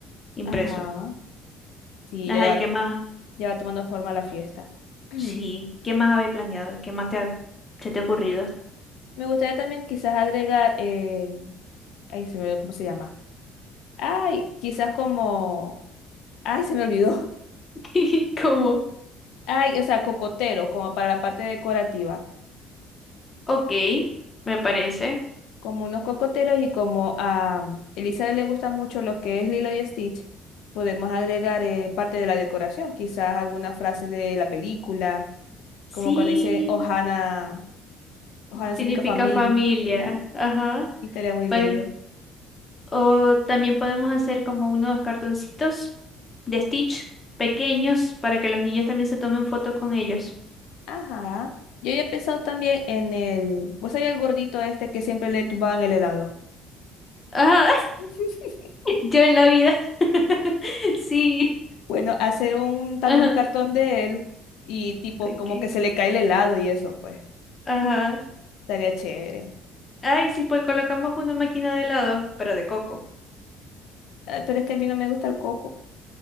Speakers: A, on the left; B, on the left.
A: impresos.
B: Ajá. Sí,
A: Ajá,
B: ya
A: ¿y
B: va,
A: qué más?
B: ya va tomando forma la fiesta. <clears throat>
A: Sí, ¿qué más habéis planeado? ¿Qué más te ha- se te ha ocurrido?
B: Me gustaría también quizás agregar, eh, ay, se me olvidó cómo se llama. Ay, quizás como, ay, se me olvidó.
A: <laughs> ¿Cómo?
B: Ay, o sea, cocoteros, como para la parte decorativa.
A: Ok, me parece.
B: Como unos cocoteros y como a Elizabeth le gusta mucho lo que es Lilo y Stitch, podemos agregar eh, parte de la decoración, quizás algunas frases de la película, como
A: Sí,
B: cuando dice Ohana, Ohana
A: significa
B: significa familia.
A: familia.
B: eh,
A: Ajá.
B: Y estaría muy
A: Pues,
B: bello.
A: o también podemos hacer como unos cartoncitos de Stitch pequeños para que los niños también se tomen foto con ellos.
B: Ajá. Yo ya he pensado también en el. ¿Vos sabés el gordito este que siempre le tumbaban el helado?
A: Ajá,
B: <laughs>
A: <laughs> yo en la vida. <laughs> Sí,
B: Bueno, hacer un también
A: ajá,
B: un cartón de él y tipo
A: ok,
B: como que se le cae el helado y eso, pues,
A: ajá.
B: estaría chévere.
A: Ay, sí, pues colocamos una máquina de helado, pero de coco.
B: Ah, pero es que a mí no me gusta el coco.